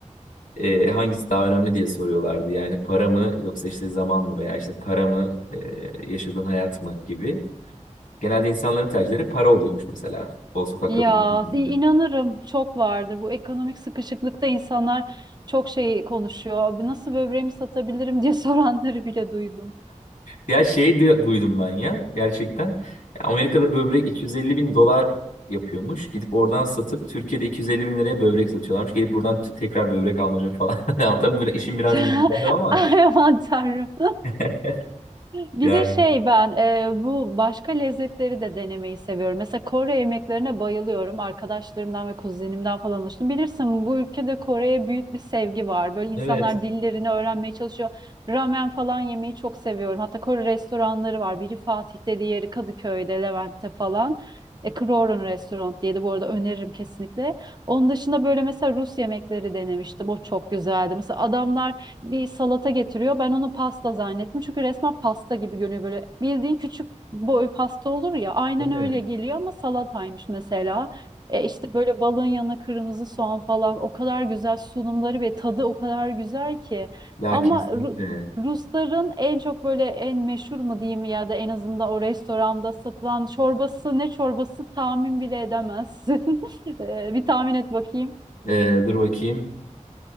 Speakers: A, on the left (about 75°); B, on the right (about 35°).
A: e, hangisi daha önemli diye soruyorlardı. Yani para mı yoksa işte zaman mı veya işte para mı e, yaşadığın hayat mı gibi. Genelde insanların tercihleri para oluyormuş mesela. O sokak
B: Ya
A: röportajında.
B: i- inanırım çok vardır. Bu ekonomik sıkışıklıkta insanlar çok şey konuşuyor. Abi nasıl böbreğimi satabilirim <laughs> diye soranları bile duydum.
A: Ya şey du- duydum ben ya gerçekten. Amerika'da böbrek 250 bin dolar yapıyormuş. Gidip oradan satıp Türkiye'de 250 bin liraya böbrek satıyorlarmış. Gelip buradan t- tekrar böbrek almaca falan. <laughs> Ya Tabii bu işin biraz
B: <laughs>
A: mizahı ama
B: Ay aman tanrım.
A: <laughs>
B: Bir
A: yani.
B: de şey ben e, bu başka lezzetleri de denemeyi seviyorum. Mesela Kore yemeklerine bayılıyorum. Arkadaşlarımdan ve kuzenimden falan alıştım. Bilirsin bu ülkede Kore'ye büyük bir sevgi var. Böyle insanlar
A: Evet.
B: dillerini öğrenmeye çalışıyor. Ramen falan yemeyi çok seviyorum. Hatta Kore restoranları var. Biri Fatih'te, diğeri Kadıköy'de, Levent'te falan. E, Kroron Restaurant diye de bu arada öneririm kesinlikle. Onun dışında böyle mesela Rus yemekleri denemiştim. O çok güzeldi. Mesela adamlar bir salata getiriyor. Ben onu pasta zannettim. Çünkü resmen pasta gibi görünüyor böyle. Bildiğin küçük boy pasta olur ya. Aynen
A: Evet.
B: öyle geliyor ama salataymış mesela. E işte böyle balığın yanına kırmızı soğan falan. O kadar güzel sunumları ve tadı o kadar güzel ki.
A: Ya
B: Ama
A: kesinlikle.
B: Ru- Rusların en çok böyle en meşhur mu diyeyim ya da en azından o restoranda satılan çorbası ne çorbası tahmin bile edemezsin. <laughs> E, bir tahmin et bakayım.
A: Ee, dur bakayım.